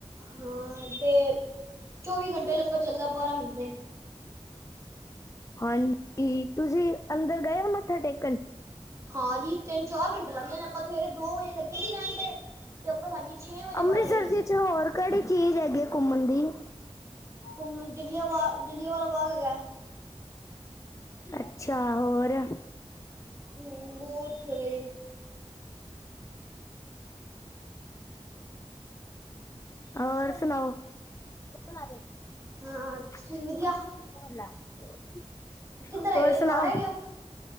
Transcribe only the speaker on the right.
ਹਾਂ ਤੇ ਚੌਵੀ ਘੰਟੇ ਲੰਗਰ ਚੱਲਦਾ ਬਾਰਾਂ ਮਹੀਨੇ।
ਹਾਂ ਜੀ। ਤਿੰਨ ਚਾਰ ਘੰਟੇ ਲੱਗ ਜਾਦੇ ਆਪਾਂ ਸਵੇਰੇ ਦੋ ਵੱਜੇ ਲੱਗੇ ਸੀ ਲੈਣ ਤੇ, ਤੇ ਆਪਾਂ ਸਾਡੀ ਛੇ ਵਜੇ
ਵਾਰੀ ਆਈ।
ਘੁੰਮਣ ਚ ਜਲਿਆਂਵਾਲਾ ਬਾਗ ਹੈਗਾ।
ਨਿੰਬੂ ਉੱਠ ਗਏ
ਹਾਂ ਤੁਸੀਂ ਵਧੀਆ ਕਿੱਧਰ ਹੈਗੇ
ਘਰ ਹੈਗੇ ਹੋ,